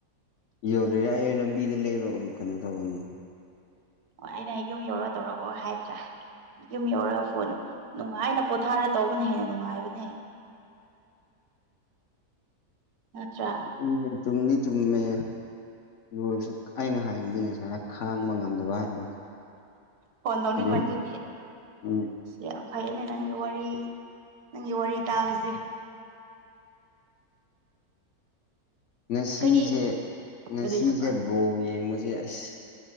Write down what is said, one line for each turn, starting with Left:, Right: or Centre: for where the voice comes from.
Left: ꯌꯧꯗ꯭ꯔꯦ ꯌꯥꯏꯌꯦ ꯂꯝꯕꯤꯗ ꯂꯩꯔꯣ ꯀꯩꯅꯣ ꯇꯧꯔꯅꯤ
Right: ꯑꯣ ꯑꯩꯅ ꯌꯨꯝ ꯌꯧꯔ ꯇꯧꯔꯛꯑꯣ ꯍꯥꯏꯗ꯭ꯔꯥ ꯌꯨꯝ ꯌꯧꯔꯒ ꯐꯣꯟ ꯅꯨꯡꯉꯥꯏꯅ ꯄꯣꯊꯥꯔ ꯇꯧꯕꯅ ꯍꯦꯟꯅ ꯅꯨꯡꯉꯥꯏꯕꯅꯦ ꯅꯠꯇ꯭ꯔ
Left: ꯎꯝ ꯆꯨꯝꯗꯤ ꯆꯨꯝꯃꯦ ꯑꯗꯨ ꯑꯣꯏꯔꯁꯨ ꯑꯩꯅꯥ ꯍꯥꯏꯗꯤ ꯉꯁꯥꯏ ꯈꯥꯡꯕ ꯉꯝꯗꯕ ꯍꯥꯏꯗꯣ
Right: ꯐꯣꯟ ꯇꯧꯅꯤꯡꯃꯟꯕꯒꯤ
Left: ꯑꯗꯨ ꯎꯝ
Right: ꯌꯥꯝ ꯐꯩꯌꯦꯅꯦ ꯅꯪꯒꯤ ꯋꯥꯔꯤ ꯅꯪꯒꯤ ꯋꯥꯔꯤ ꯇꯥꯕꯁꯦ
Left: ꯉꯁꯤꯁꯦ
Right: ꯀꯔꯤ
Left: ꯉꯁꯤꯁꯦ
Right: ꯀꯔꯤ ꯍꯥꯏꯕ
Left: ꯕꯣꯜ ꯌꯦꯡꯕꯁꯦ ꯑꯁ